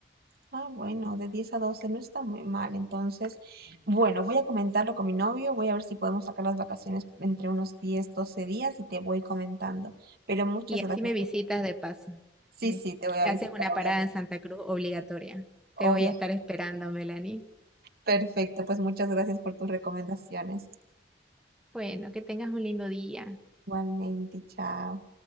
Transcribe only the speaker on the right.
Ah, bueno, de 10 a 12 no está muy mal. Entonces, bueno, voy a comentarlo con mi novio, voy a ver si podemos sacar las vacaciones entre unos 10, 12 días y te voy comentando. Pero muchas
gracias
por...
Sí, sí, te voy a
visitar,
obviamente.
Obviamente.
Perfecto, pues muchas gracias por tus recomendaciones.
Igualmente, chao.